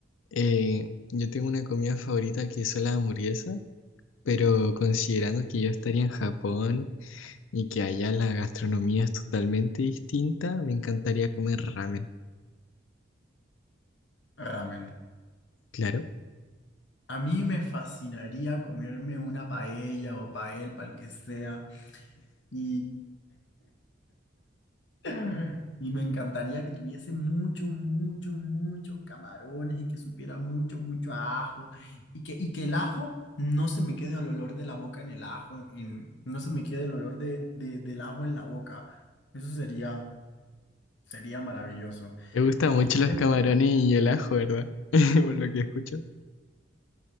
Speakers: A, on the left; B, on the left.
A: eh, yo tengo una comida favorita que es la hamburguesa, pero considerando que yo estaría en Japón y que allá la gastronomía es totalmente distinta, me encantaría comer ramen.
B: Ramen.
A: Claro.
B: A mí me fascinaría comerme una paella o pael, pal que sea, y, <clears throat> y me encantaría que tuviese muchos, muchos, muchos camarones y que supiera mucho, mucho a ajo y que, y que el ajo no se me quede el olor de la boca en el ajo, en, no se me quede el olor de, de- del ajo en la boca. Eso sería, sería maravilloso.
A: Te gustan mucho
B: Y yo
A: los
B: creo
A: camarones y el ajo, ¿verdad? <laughs> Por lo que escucho.